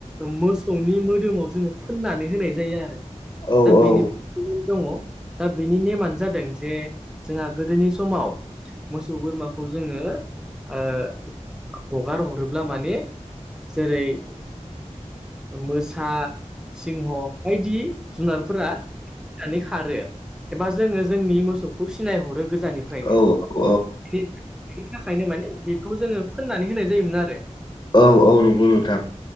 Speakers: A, in the centre; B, on the left.
A: मोसौनि मोदोमाव जोङो फोननानै होनाय जायो आरो।
B: औ
A: दा बेनि
B: औ
A: <unintelligible> दङ दा बेनि नेमानो जादों जे जोंहा गोदोनि समाव मोसौ बोरमाखौ जोङो ओ हगार हरोब्ला माने जेरै मोसा सिंह बायदि जुनारफोरा गिनानै खारो एबा जोङो जोंनि मोसौखौ सिनायहरो गोजाननिफ्रायनो।
B: औ औ
A: बे बेनि थाखायनो माने बेखौ जोङो फोननानै होनाय जायोमोन आरो।
B: औ औ नंगौ नोंथां